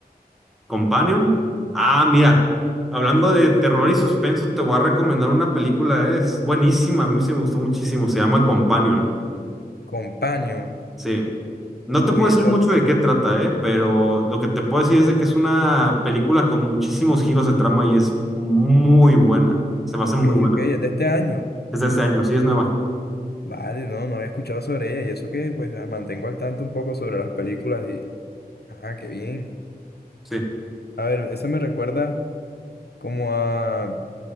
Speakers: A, in the centre; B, on the left.
A: Companion. Ah, mira, hablando de terror y suspenso, te voy a recomendar una película, es buenísima, a mí se me gustó muchísimo, se llama Companion.
B: Companion,
A: Sí, no
B: uy,
A: te puedo decir
B: esa,
A: mucho de qué trata, eh, pero lo que te puedo decir es de que es una película con muchísimos giros de trama y es muy buena, se me
B: ok,
A: hace muy buena.
B: ok, es de este año,
A: Es de este año, sí, es nueva.
B: vale, no, no había escuchado sobre ella, y eso que, pues, la mantengo al tanto un poco sobre las películas y, ah, qué bien,
A: Sí.
B: a ver, eso me recuerda como a,